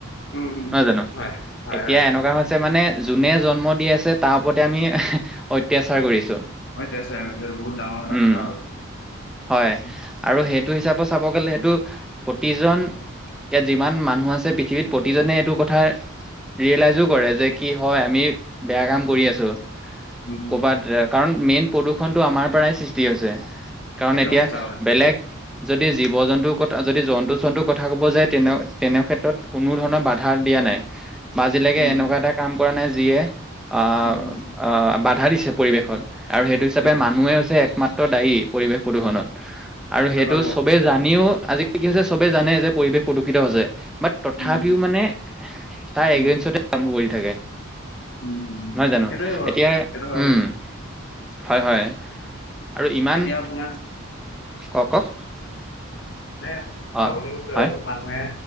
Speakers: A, on the left (about 55°); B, in the centre.
A: উম উম
B: নহয় জানো?
A: হয় হয়
B: এতিয়া
A: হয়
B: এনেকুৱা হৈ আছে মানে যোনে জন্ম দি আছে তাৰ ওপৰতে আমি এহে অত্যাচাৰ কৰিছো।
A: অত্যাচাৰ হৈছে বহুত ডাঙৰ এটা
B: উম।
A: কথা হৈ গৈছে।
B: হয়
A: উম,
B: আৰু সেইটো হিচাপত চাব গলে সেইটো প্ৰতিজন ইয়াত যিমান মানুহ আছে পৃথিৱীত প্ৰতিজনে এইটো কথা ৰিয়েলাইজো কৰে যে কি হয় আমি বেয়া কাম কৰি আছো।
A: উম,
B: ক'বাত এ কাৰণ মেইন প্ৰদূৰ্ষণটো আমাৰ পৰাই সৃষ্টি হৈছে। কাৰণ
A: একদম
B: এতিয়া
A: সঁচা কথা
B: বেলেগ যদি জীৱ - জন্তুৰ কথা যদি জন্তু চন্তুৰ কথা ক'ব যায় তেনে তেনে ক্ষেত্ৰত কোনো ধৰণৰ বাধা দিয়া নাই। বা আজিলৈকে
A: উম।
B: এনেকুৱা এটা কাম কৰা নাই যিয়ে আহ
A: উম, উম,
B: আহ বাধা দিছে পৰিৱেশত। আৰু সেইটো হিচাপে
A: সেইটোৱে
B: মানুহে হৈছে একমাত্ৰ দায়ী পৰিৱেশ প্ৰদূষণত আৰু সেইটো
A: হয় বাৰু
B: চবে জানিও আজিকি কি হৈছে চবে জানে যে পৰিৱেশ প্ৰদূষিত হৈছে। But তথাপিও
A: um.
B: মানে তাৰ
A: উম,
B: এগেনষ্টতে কাম কৰি থাকে।
A: উম,
B: নহয় জানো
A: সেইটোৱে বাৰু
B: এতিয়া
A: সেইটো হয়
B: উম।
A: বাৰু
B: হয় হয়
A: উম,
B: আৰু ইমান,
A: এতিয়া আপোনাৰ
B: কও কওক?
A: দেহ চাবলৈ
B: অ
A: গৈছোঁ সেইটোৱে
B: হয়
A: আৰু মানুহে